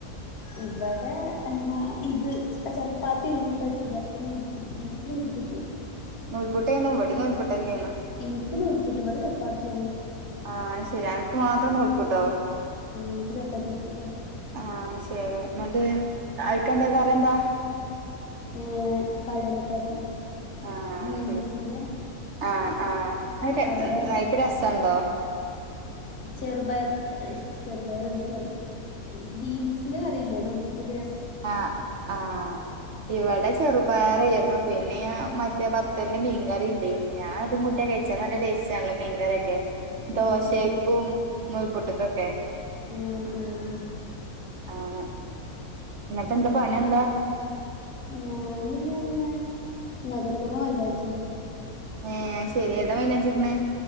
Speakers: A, on the left (about 75°); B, on the right (about 55°).
A: ഇവടെ എന്താ ഇത് ച ചപ്പാത്തി എനിക്ക് പറ്റൂല അപ്പ നൂൽപുട്ട് എനിക്ക് നൂൽപുട്ട്
B: നൂൽപുട്ടേന്നാ ഇവടേം നൂൽപൂട്ടന്നെയാണ്
A: എനിക്ക് നൂൽപുട്ട് ഇവടെ ചപ്പാത്തിയാണ്
B: ആഹ് ശരി അനക്ക് മാത്രം നൂൽപ്പുട്ടോ?
A: എനിക്ക് ചപ്പാത്തി പറ്റൂല
B: ആഹ് ശരി എന്നിട്ട് ആയിക്കെന്താ കറി എന്താ?
A: ഏഹ് കടലക്കറി
B: ആഹ്
A: ഗ്രീൻ
B: ശരി
A: പീസിന്റെ
B: ആഹ് ആഹ് <unintelligible>
A: അവിടെ
B: രസൊണ്ടോ?
A: ചെറുപയർ അല്ലെ ചെറുപയറ് സോറി ഗ്രീൻ പീസിന്റെ കറി ഇല്ലേ നൂൽപൂട്ടിക്ക്
B: ആഹ്‌ ആഹ്‌ ഇവിടെ ചെറുപയറേരുന്നു പിന്നേ മറ്റേ ബത്തലിന്റെ മീൻകറിയിണ്ടേന് ഞാൻ അതും കൂ ട്ടി കഴിച്ചാ നല്ല ടേസ്റ്റ് ആണ് മീൻകറിയൊക്കെ
A: ആ
B: ദോശക്കും
A: ആ
B: നൂൽപൊട്ടക്കൊക്കെ
A: മ്മ് മ്മ്
B: ആഹ് എന്നിട്ട് എന്ത്‌ പണി എന്താ?
A: ഞാനിങ്ങനെ നഖത്തുമ്മെ മൈലാഞ്ചി ഇടാ
B: ഏഹ്‌ ശരി ഏതാ മൈലാഞ്ചി ഇടണേ?